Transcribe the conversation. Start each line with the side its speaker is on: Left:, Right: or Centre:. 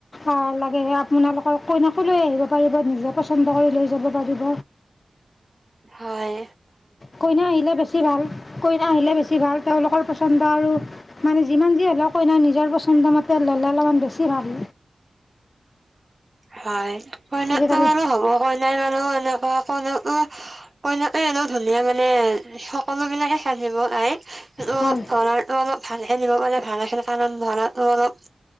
Left: আ লাগে আপোনালোকৰ কইনাকো লৈ আহিব। পাৰিব নিজে পছন্দ কৰি লৈ যাব পাৰিব।
Right: হয়।
Left: কইনা আহিলে বেছি ভাল। কইনা আহিলে বেছি ভাল তেওঁলোকৰ পচন্দ আৰু মানে যিমান যি হ'লেও কইনা নিজৰ পচন্দমতে ল'লে অলপমান বেছি ভাল।
Right: হয়। কইনাটো
Left: আজিকালি
Right: বাৰু হ'ব কই তাই বাৰু এনেকুৱা কই কইনাটো এনে ধুনীয়া মানে সকলো বিলাকে চাজিব তাইক
Left: হয়
Right: অলপ দৰাৰ টো অলপ ভালে নিব পালে ভাল আছিল কাৰণ দৰাটো অলপ-